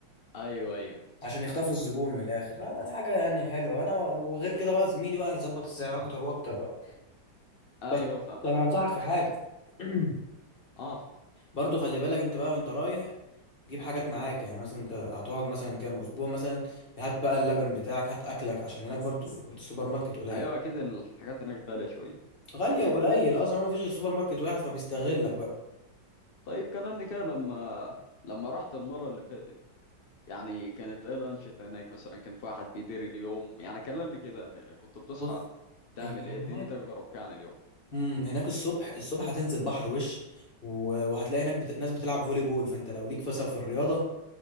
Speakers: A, on the left (about 55°); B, on the left (about 30°).
A: ايوه ايوه
B: عشان يخطفوا الزبون من الاخر لا ده الحاجه يعني حلوه انا وغير كده بقى زميلي بقى هيظبط السعر اكتر واكتر بقى
A: ايوه
B: بس
A: فاهمك
B: انا هنصحك في حاجه <clears throat>
A: اه
B: برضو خلي بالك انت بقى وانت رايح جيب حاجات معاك يعني مثلا انت هتقعد مثلا كام اسبوع مثلا هات بقى اللبن بتاعك هات اكلك عشان هناك برضو السوبر ماركت قليل
A: ايوه اكيد الحاجات هناك غاليه شويه
B: غالية
A: اكيد
B: وقليل اصلا هو مفيش غير سوبر ماركت واحد فبيستغلك بقى
A: طيب كلمني كده لما لما رحت المره اللي فاتت يعني كانت ايه الانشطه هناك مثلا كان في واحد بيدير اليوم يعني كلمني كده م- كنت بتصحى
B: بص
A: تعمل
B: هي هناك
A: ايه اديني تجربه كده عن اليوم
B: امم هناك الصبح الصبح هتنزل بحر وش و- وهتلاقي هناك بت... ناس بتلعب فولي بول فانت لو ليك مثلا في الرياضة